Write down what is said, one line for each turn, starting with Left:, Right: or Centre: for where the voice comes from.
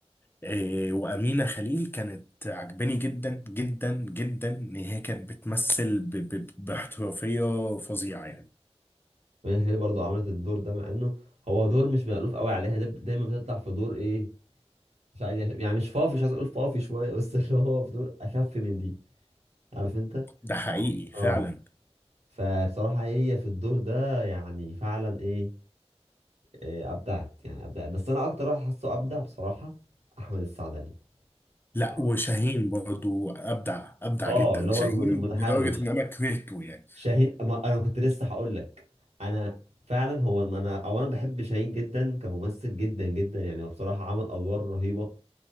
Left: إيه وأمينة خليل كانت عجباني جدا جدا جدا إن هي كانت بتمثل ب ب باحترافية فظيعة يعني
Right: وهي خليل برضه عملت الدور ده مع إنه هو دور مش مألوف قوي عليها ده دايما بتطلع في دور إيه مش عايز يعني مش فافي مش عايز أقول فافي شوية بس <laughs> اللي هو في دور أخف من دي عارف أنت؟
Left: ده حقيقي فعلا
Right: اه فبصراحة هي في الدور ده يعني فعلا ايه آه، ابدعت يعني ابدعت بس انا اكتر واحد حاسه ابدع بصراحه احمد السعدني
Left: لا
Right: بصراحة.
Left: وشاهين برضو أبدع أبدع
Right: اه
Left: جدا
Right: اللي هو
Left: شاهين
Right: الم- المتحرش
Left: لدرجة إن أنا كرهته يعني
Right: شاهين ما انا كنت لسه هقول لك انا فعلا هو ما انا او انا بحب شاهين جدا كممثل جدا جدا يعني هو بصراحه عمل ادوار رهيبه